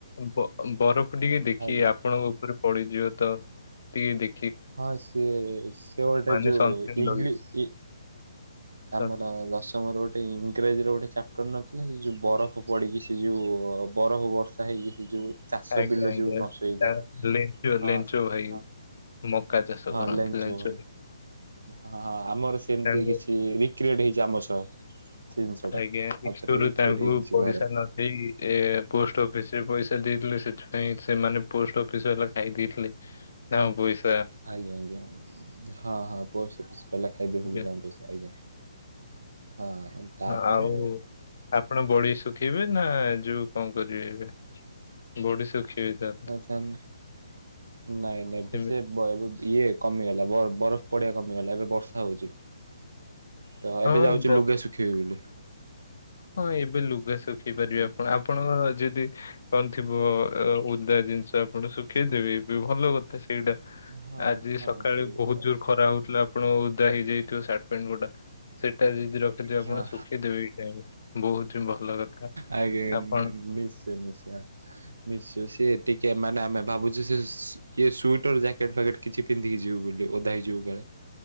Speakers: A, on the left; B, on the right.
A: ବ-ବରଫ ଟିକେ ଦେଖି
B: ଖାଇବା
A: ଆପଣଙ୍କ ଉପରେ ପଡ଼ିଯିବ ତ ଟିକେ ଦେ
B: ହଁ ସିଏ ସେ ଗୋଟେ
A: ମାନେ
B: ଯୋଉ
A: ସନସ୍କ୍ରିନ୍
B: ଇଂଲି-ଇ
A: ଲଗେଇକି ସନ୍
B: ଆମର ଦଶମର ଗୋ ଟେ ଇଂରାଜୀର ଗୋଟେ ଚାପ୍ଟର ନଥିଲା ସେ ଯେଉ ବରଫ ପଡ଼ିକି ସେ ଯେଉ ବରଫ ବର୍ଷା ହେଇକି ସେ ଯେଉ ଚାଷ
A: ଆଜ୍ଞା
B: ବିଲ
A: ଆଜ୍ଞା।
B: ଯୋଉ ନଷ୍ଟ ହେଇଯାଏ
A: ତା ଲେଞ୍ଚୁ
B: ହଁ
A: ଲେଞ୍ଚୁ
B: ସେ
A: ଭାଇ
B: ହଁ।
A: ମକା ଚାଷ
B: ହଁ
A: କରନ୍ତି
B: ଲେଞ୍ଚ
A: ଲେଞ୍ଚୁ
B: ଭାଇ ହଁ ହଁ ଆମର ସେମିତି
A: ତାଙ୍କୁ
B: କିଛି। କି ରିକ୍ରିଏଟ୍ ହେଇଛି ଆମ ସହ। ସେ ଜିନିଷଟା
A: ଆଜ୍ଞା ଆଜ୍ଞା
B: ଆଉ
A: ଷ୍ଟୋରୀରୁ
B: ଥରେ ରିକ୍ରିଏଟ
A: ତା ଆଗରୁ
B: ହେଇଯାଇଛି
A: ପଇସା
B: ଘରେ
A: ନ ସେଇ ଏ ପୋଷ୍ଟ ଅଫିସ ରେ ପଇସା ଦେଇଥିଲେ ସେଥିପାଇଁ ସେମାନେ ପୋଷ୍ଟ ଅଫିସ ବାଲା ଖାଇ ଦେଇେଥିଲେ। ତାଙ୍କ ପଇସା।
B: ଆଜ୍ଞା ଆଜ୍ଞା ହଁ ହଁ ପୋଷ୍ଟ ଅଫିସ ବାଲା ଖାଇଦେଇଥିଲେ
A: ତ
B: ତାଙ୍କ ପଇସା ଆଜ୍ଞା। ହଁ। ତାପରେ
A: ଆଉ ଆପଣ ବଡ଼ି ଶୁଖେଇବେ ନା ଯୋଉ କଣ କରିବେ ଏବେ? ବଡ଼ି ସୁଖେଇବେ ତା
B: ଆସନ୍ ନାଇଁ ନାଇଁ ଏବେ
A: ସେମିତି
B: ସିଏ ବ ଇଏ କମିଗଲା ବରଫ-ବରଫ ପଡିବା କମିଗଲା ଏବେ ବର୍ଷା ହଉଛି। ତ
A: ହଁ
B: ଏବେ ଯାଉଚି
A: ବ
B: ଲୁଗା ଶୁଖେଇିବି ବୋଲି।
A: ହଁ ଏବେ ଲୁଗା ଶୁଖେଇ ପାରିବେ
B: ହଁ।
A: ଆପଣ ଆପଣଙ୍କର ଯଦି କଣ ଥିବ ଅଁ ଓଦା ଜିନିଷ ଆପଣ ଶୁଖେଇଦେବେ ବି ଭଲ କଥା ସେଇଟା
B: ହଁ
A: ଆଜି
B: ହଁ
A: ସକାଳେ
B: ସେଇ କଥା।
A: ବହୁତ ଜୋର ଖରା ହଉଥିଲା ଆପଣ ଓଦା ହେଇଯାଇ ଥିବ ସାର୍ଟ ପ୍ୟାଣ୍ଟ ଗୋଟା ସେଟା ଯଦି ରଖିଥିବେ ଆପଣ
B: ହଁ
A: ଶୁଖେଇଦେବେ ଏଇ ଟାଇମ୍ ରେ ବହୁତ ହିଁ ଭଲ କଥା।
B: ଆଜ୍ଞା
A: ଆପଣ
B: ନି-ନିଶ୍ଚୟ ନିଶ୍ଚୟ। ନିଶ୍ଚୟ ସିଏ ଟିକେ ମାନେ ଆମେ ଭାବୁଛୁ ସିଏ ଇଏ ସୁଇଟର ଜ୍ୟାକେଟ ଫ୍ୟାକେଟ କିଛି ପିନ୍ଧିକି ଯିବୁ ବୋଲି ଓଦା ହେଇଯିବୁ କାଳେ